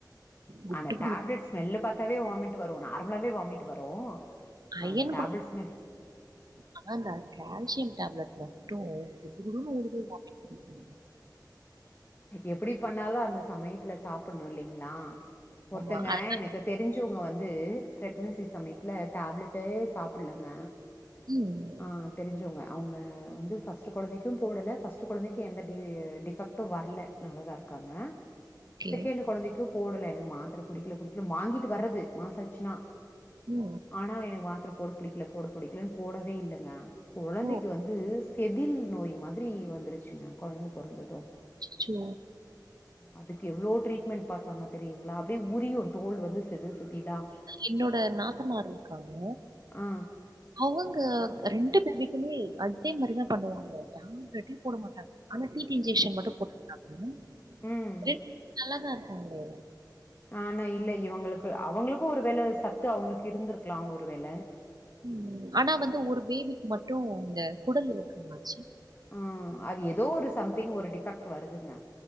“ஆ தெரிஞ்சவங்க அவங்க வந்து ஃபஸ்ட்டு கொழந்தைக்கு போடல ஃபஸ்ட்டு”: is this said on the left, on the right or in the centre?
Left